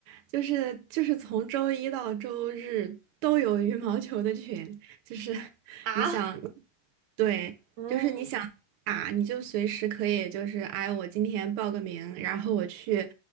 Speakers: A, on the right; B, on the right.
A: 就是就是从周一到周日都有羽毛球的群，就是
B: 啊，
A: 你想，
B: <laughs>
A: 对，
B: 嗯
A: 就是你想打，你就随时可以，就是哎，我今天报个名，然后我去，